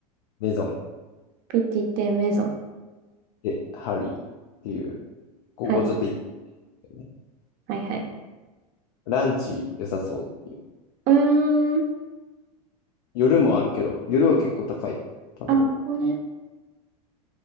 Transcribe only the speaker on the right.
ピティテメゾン。
はい。
はいはい。
うーん。
あ、ここね。